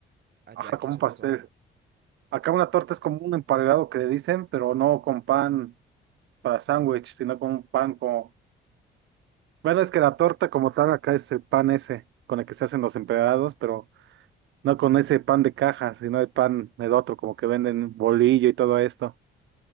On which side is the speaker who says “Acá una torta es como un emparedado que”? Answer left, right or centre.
Right